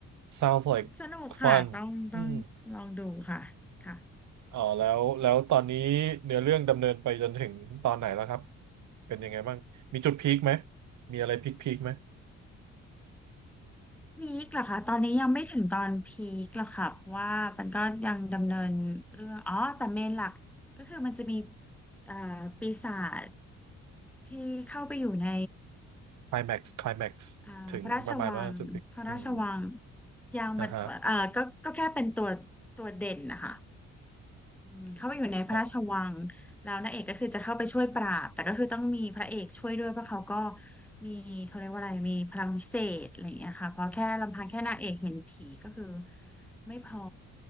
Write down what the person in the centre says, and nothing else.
สนุกค่ะต้องต้องลองดูค่ะค่ะ
พีคเหรอคะตอนนี้ยังไม่ถึงตอนพีคหรอกค่ะเพราะว่ามันก็ยังดำเนินเรื่องอ๋อแต่เมนหลักก็คือมันจะมีเอ่อปีศาจ ที่เข้าไปอยู่ใน
อ่าพระราชวังพระราชวังยางบัดเอ่อก็ก็แค่เป็นตัวตัวเด่นนะคะ
อืมเข้าไปอยู่ในพระราชวังแล้วนางเอกก็คือจะเข้าไปช่วยปราบ
แต่ก็คือต้องมีพระเอกช่วยด้วยเพราะเขาก็มีเขาเรียกว่าอะไรมีพลังพิเศษอะไรอย่างเงี้ยค่ะเพราะแค่ลำพังแค่นางเอกเห็นผีก็คือไม่พอ